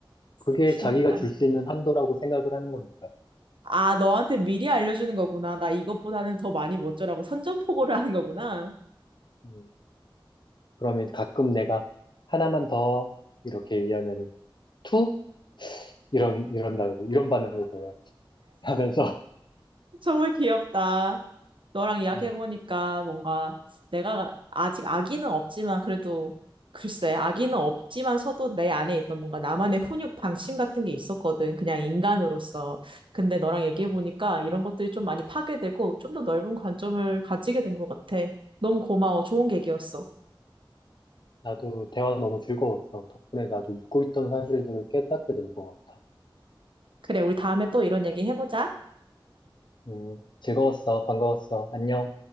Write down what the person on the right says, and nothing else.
<laughs>
귀엽다.
아, 너한테 미리 알려주는 거구나. 나 이것보다는 더 많이 멋져라고 선전포고를 하는 거구나.
정말 귀엽다. 너랑
이야기해보니까
뭔가 내가 아직 아기는 없지만 그래도 글쎄, 아기는 없지만서도 내 안에 있던 뭔가 나만의 훈육 방침 같은 게 있었거든. 그냥 인간으로서. 근데 너랑 얘기해보니까
이런 것들이 좀 많이 파괴되고 좀 더 넓은 관점을 가지게 된 것 같아. 너무 고마워. 좋은 계기였어.
그래, 우리 다음에 또 이런 얘기 해보자.